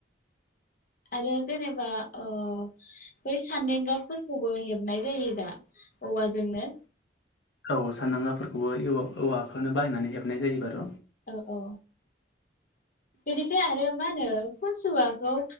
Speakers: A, on the left; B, on the left.
A: आरो जेनेबा ओ बै सान्देंगाफोरखौबो हेबनाय जायो दा औवाजोंनो
B: औ सानदांगाफोरखौबो एवा औवाखौनो बाहायनानै हेबनाय जायो बार'।
A: औ औ। बेनिफ्राय आरो मा होनो खुनसुवाखौ